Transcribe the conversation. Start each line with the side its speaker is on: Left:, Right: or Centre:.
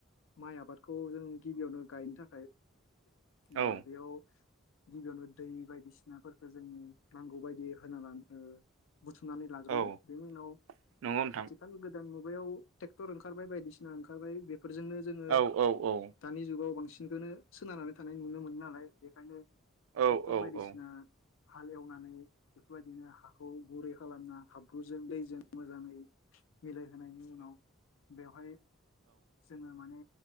Left: माइ आबाद । खौ जों गिबियावनो गायनो थाखाय ओ
Right: औ
Left: बेयाव गिबियावनो दै बायदिसिनाफोरखौ जोंङो नांगौ बायदि होना लानो ओ बुथुमनानै लाग्रोयो
Right: औ
Left: बेनि उनाव
Right: नंगौ नोंथां
Left: आथिखाल गोदान मुगायाव ट्रेक्टर ओंखारबाय बायदिसि ना ओंखारबाय बेफोरजोंनो जोङो
Right: औ औ औ
Left: दानि जुगाव बांसिन । नखौनो सोनारनानै थानाय नुनो मोनो नालाय बेखायनो
Right: औ
Left: ट्रेक्टर
Right: औ
Left: बायदिसि
Right: औ
Left: हाल एवनानै बेफोरबायदिनो हाखौ गुरै खालामना हाब्रुजों दैजों मोजाङै मिलायहोनायनि उनाव बेवहाय जोङो माने